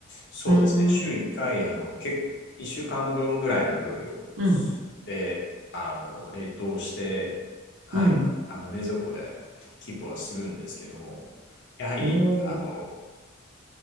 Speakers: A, on the left; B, on the right.
A: そうですね、
B: ーん、
A: 週1回、あの、け、1週間分ぐらいの料理をして、
B: うん、
A: あの、冷凍して、はい、
B: うん。
A: あの、冷蔵庫でキープはするんですけども、やはり、
B: お
A: あの、
B: ー、